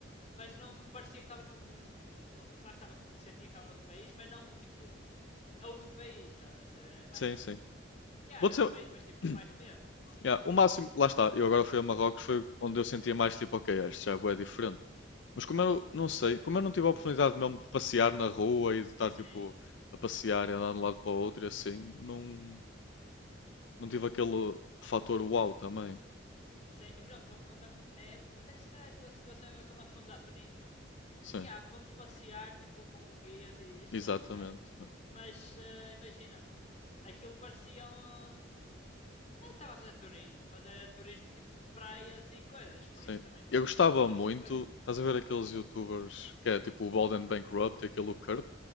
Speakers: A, on the left; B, on the left.
A: Mas não me parecia que estava num. Claro que estava, sentia que estava noutro país, mas não tipo é outro país, estás a perceber? É mais
B: Sim,
A: um.
B: sim.
A: Yeah,
B: Vou
A: é
B: dizer,
A: outro país, mas tipo,
B: <clears throat>
A: mais do mesmo.
B: yeah, o máximo, lá está, eu agora fui a Marrocos, foi onde eu sentia mais tipo, ok, isto já é bué diferente. Mas como eu não sei, como eu não tive a oportunidade mesmo de passear na rua e de estar
A: Sim,
B: tipo a passear e andar de um lado para o outro e assim, não, não tive aquele fator uau também.
A: sim. por exemplo, fomos quando. É, deve ser calhar a tua situação agora quando nós fomos à Tunísia.
B: Sim,
A: Yeah, fomos passear tipo com guias e isso,
B: exatamente.
A: estás a ver? Mas eh, imagina, aquilo parecia um. Eu estava a fazer turismo, mas era turismo tipo de praias e coisas, por
B: Sim.
A: isso também não,
B: Eu gostava
A: não sentes essa
B: muito,
A: coisa.
B: estás a ver aqueles YouTubers que é tipo o Bald and Bankrupt e aquele o Kurt,